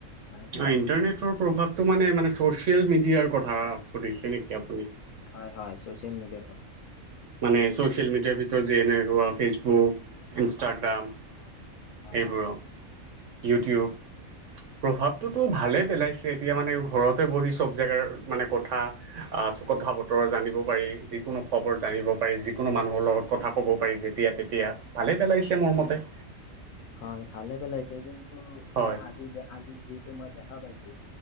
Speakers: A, on the left; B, on the right.
A: মানে পুৰা
B: অ', ণ্টাৰনেটৰ
A: বিশ্ব
B: প্ৰভাৱটো মানে, মানে চচিয়েল মিডিয়াৰ কথা সুধিছে নেকি আপুনি
A: হয়, হয়, ছ'চিয়েল মিডিয়াৰ কথা
B: মানে, চচিয়েল মিডিয় ভিতৰত যেনেকা ফেচবুক ইনষ্টটাগ্ৰাম
A: হয়
B: এইবোৰ অ', ইউটিউব
A: হয়,
B: প্ৰভাৱটোতো ভালে পেলাইছে এতিয়া মানে ঘৰতে বহি চব জেগাৰ মানে কথা আহ চ' কথা বতৰা জানিব পাৰি যিকোনো খবৰ জানিব পাৰি যিকোনো মানুহৰ লগত কথা ক'ব পাৰি যেতিয়া তেতিয়া ভালে পেলাইছে মোৰ মতে।
A: হয় ভালে পেলাইছে কিন্তু
B: হয়
A: মই আজি দে আজি যিতু মই দেখা পাইছো